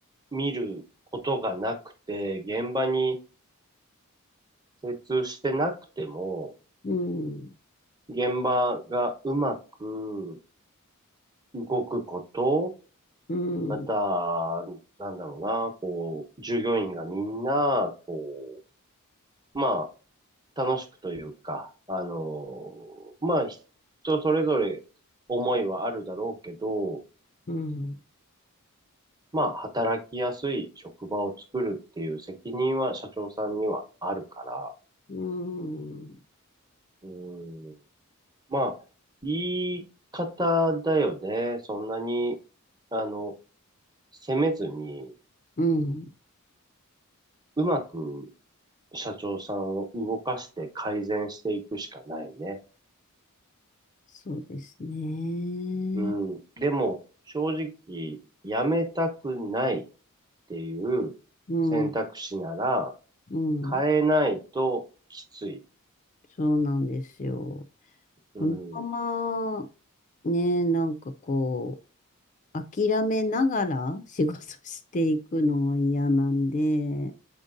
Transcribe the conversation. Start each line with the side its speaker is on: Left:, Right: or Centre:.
Right: 見ることがなくて、現場に精通してなくても、
Left: うん、
Right: 現場がうまく動くこと、
Left: うん、
Right: また、なんだろうな、こう、従業員がみんな、こまあ、楽しくというか、あのまあ、人それぞれ思いはあるだろうけど、
Left: うん、
Right: まあ、働きやすい職場を作るっていう責任は社長さんにはあるから、
Left: うん、
Right: うん、まあ、言い方だよね。そんなに、あの、責めずに、
Left: うん、
Right: うまく社長さんを動かして改善していくしかないね。
Left: そうですね。
Right: うん、でも、正直、辞めたくない。っていう選択肢なら、
Left: うん、うん。
Right: 変えないときつい。
Left: そうなんですよ。
Right: うん、
Left: このまま、ね、なんかこう、諦めながら仕事していくのも嫌なんで、